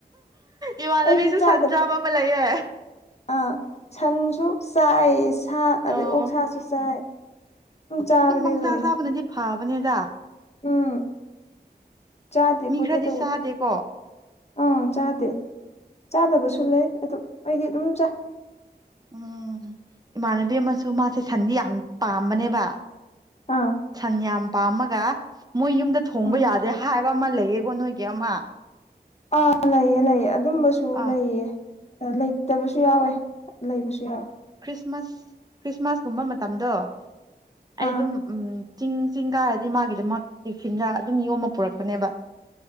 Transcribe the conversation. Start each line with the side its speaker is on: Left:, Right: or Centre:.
Right: ꯏꯋꯥꯅꯕꯤꯁꯨ
Left: ꯑꯩꯗꯤ ꯆꯥꯗꯕ
Right: ꯁꯟ ꯆꯕꯥ ꯑꯃ ꯂꯩꯌꯦ
Left: ꯑꯥ ꯁꯟꯁꯨ ꯆꯥꯏ ꯁꯥ
Right: ꯑ
Left: ꯑꯗꯩ ꯑꯣꯛ ꯁꯥꯁꯨ ꯆꯥꯏ ꯆꯥꯕꯅꯦ
Right: ꯑꯗꯨꯝ ꯃꯪꯆꯥ
Left: ꯂꯣꯏꯅ
Right: ꯆꯥꯕꯅꯗꯤ ꯐꯕꯅꯦꯗ
Left: ꯎꯝ ꯆꯥꯗꯦ
Right: ꯃꯤ
Left: ꯈꯣꯠꯇꯦ
Right: ꯈꯔꯗꯤ
Left: ꯇꯧꯕꯗꯨ
Right: ꯆꯥꯗꯦꯀꯣ
Left: ꯑꯥ ꯆꯥꯗꯦ ꯆꯥꯗꯕꯁꯨ ꯂꯩ ꯑꯗꯨ ꯑꯩꯗꯤ ꯑꯗꯨꯝ ꯆꯥꯏ
Right: ꯎꯝ ꯏꯃꯥꯟꯅꯕꯤ ꯑꯃꯁꯨ ꯃꯥꯁꯦ ꯁꯟꯗꯤ ꯌꯥꯝ ꯄꯥꯝꯕꯅꯦꯕ
Left: ꯑꯥ
Right: ꯁꯟ ꯌꯥꯝ ꯄꯥꯝꯃꯒ ꯃꯣꯏ ꯌꯨꯝꯗ ꯊꯣꯡꯕ
Left: ꯎꯝ
Right: ꯌꯥꯗꯦ ꯍꯥꯏꯕ ꯑꯃ ꯂꯩꯌꯦ ꯀꯣ ꯅꯣꯏꯒꯤ ꯑꯃꯥ
Left: ꯑꯥ ꯂꯩꯌꯦ ꯂꯩꯌ ꯑꯗꯨꯝꯕꯁꯨ
Right: ꯑꯥ
Left: ꯂꯩꯌꯦ ꯑ ꯂꯩ ꯇꯕꯁꯨ ꯌꯥꯎꯋꯦ ꯂꯩꯕꯁꯨ ꯌꯥꯎꯋꯦ
Right: ꯈ꯭ꯔꯤꯁꯃꯁ ꯈ꯭ꯔꯤꯁꯃꯥꯁ ꯀꯨꯝꯕ ꯃꯇꯝꯗꯣ
Left: ꯑꯥ
Right: ꯑꯩ ꯗꯨꯝ ꯎꯝ ꯆꯤꯡ ꯆꯤꯡ ꯀꯥꯔꯗꯤ ꯃꯥꯒꯤꯗꯃꯛ ꯇꯦꯛꯁꯤꯟꯅ ꯑꯗꯨꯝ ꯌꯣꯝꯃ ꯄꯨꯔꯛꯄꯅꯦꯕ